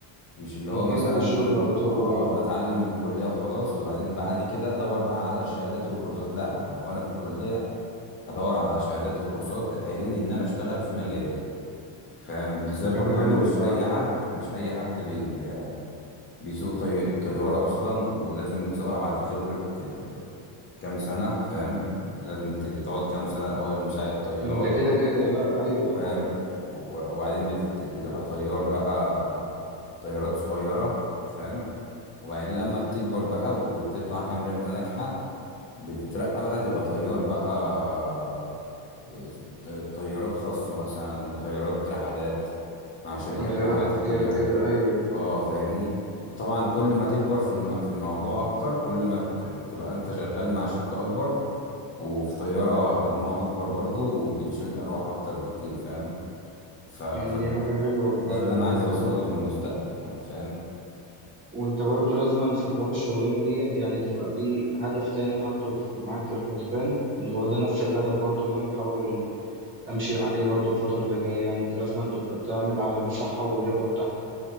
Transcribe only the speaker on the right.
جاهز
للشغل على طول
اه
دي
حاجة حلوة
فعلا
ده كده كده لا ايوه طبعا
طيارات
ركاب
كده ايوه
يعني دي حاجة حلوة فعلا
والله
خد
وانت برضه لازما في حوار الشغلانة ديت يعني تبقى في هدف تاني حاطه في- معاك في الحسبان اللي هو ده نفس الهدف برضه اللي انا بحاول امشي عليه برضو الفترة اللي جاية يعني انت لازم تبقى تعمل على الصحة واللياقة بتاعتك